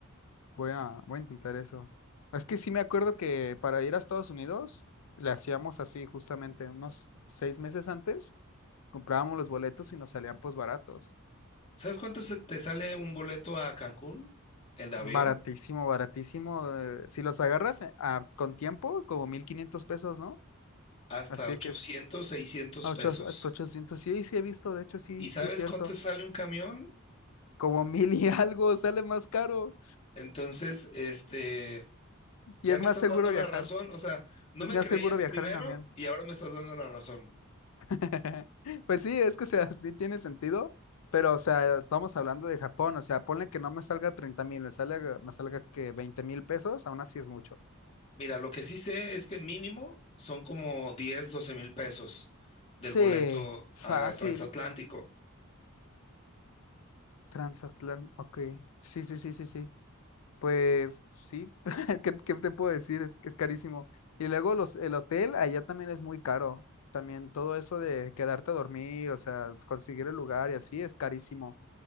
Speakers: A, on the left (about 70°); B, on the left (about 30°).
A: Voy a, voy a intentar eso. Es que sí me acuerdo que para ir a Estados Unidos le hacíamos así justamente unos seis meses antes, comprábamos los boletos y nos salían pues baratos.
B: ¿Sabes cuánto se te sale un boleto a Cancún en avión?
A: Baratísimo, baratísimo. eh, Si los agarras eh, a- con tiempo, como 1500 pesos, ¿no?
B: Hasta
A: Así
B: 800,
A: de que es
B: 600
A: a ocho-
B: pesos.
A: hasta ochocientos Sí, sí he visto, de hecho, sí,
B: ¿Y
A: sí
B: sabes
A: es cierto.
B: cuánto sale un camión?
A: Como mil y <laughs> algo sale más caro
B: Entonces, este...
A: y
B: Ya
A: es
B: me
A: más
B: estás
A: seguro
B: dando
A: viajar.
B: la razón, o sea, no
A: Es
B: me
A: más
B: creías
A: seguro viajar
B: primero
A: en camión.
B: y ahora me estás dando la razón.
A: <laughs> Pues sí, es que, o sea, sí tiene sentido, pero, o sea, estamos hablando de Japón, o sea, ponle que no me salga treinta mil, me salga, me salga que veinte mil pesos, aún así es mucho.
B: Mira, lo que sí sé es que mínimo son como 10, doce mil pesos del
A: Sí,
B: boleto
A: fácil,
B: a transatlántico.
A: transatlántico, ok, sí, sí, sí, sí, sí. Pues sí, <laughs> ¿Qué, qué te puedo decir? Es que es carísimo. Y luego los, el hotel allá también es muy caro. También todo eso de quedarte a dormir, o sea, conseguir el lugar y así es carísimo.